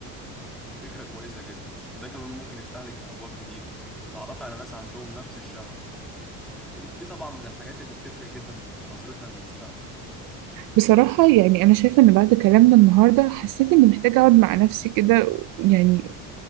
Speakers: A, in the centre; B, on the right.
A: دي فكرة كويسة جدا ده كمان ممكن يفتح لك أبواب جديدة لتتعرفي على ناس عندهم نفس الشغف ودي طبعا من الحاجات اللي بتفرق جدا في نظرتنا للمستقبل
B: بصراحه يعني انا شايفه ان بعد كلامنا النهارده حسيت اني محتاجه اقعد مع نفسي كده يعني